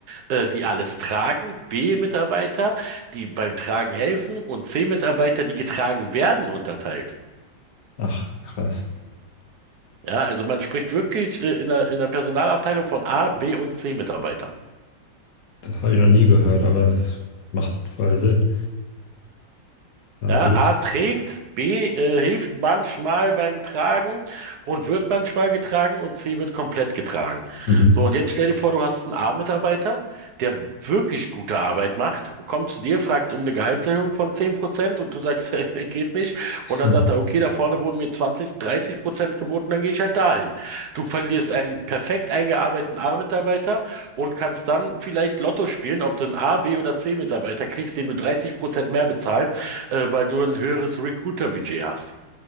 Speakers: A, on the right; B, on the left.
A: äh, die alles tragen, B-Mitarbeiter, die beim Tragen helfen und C-Mitarbeiter, die getragen werden, unterteilt.
B: Ach, krass.
A: Ja, also man spricht wirklich, äh, in der, in der Personalabteilung von A, B und C-Mitarbeitern.
B: Das habe ich noch nie gehört, aber es ist, macht voll Sinn. Da
A: Ja,
B: würde
A: A
B: ich.
A: trägt, B äh, hilft manchmal beim Tragen und wird manchmal getragen und C wird komplett getragen.
B: Mhm.
A: So, und jetzt stell dir vor, du hast einen A-Mitarbeiter, der wirklich gute Arbeit macht, kommt zu dir, fragt um eine Gehaltserhöhung von 10% und du sagst, <laughs> hey, geht nicht.
B: <laughs>
A: Und dann sagt er, okay, da vorne wurden mir zwanzig, dreißig Prozent geboten, dann gehe ich halt dahin. Du verlierst einen perfekt eingearbeiteten A-Mitarbeiter und kannst dann vielleicht Lotto spielen, ob du einen A, B oder C-Mitarbeiter kriegst, den du 30% mehr bezahlst äh, weil du ein höheres Recruiter-Budget hast.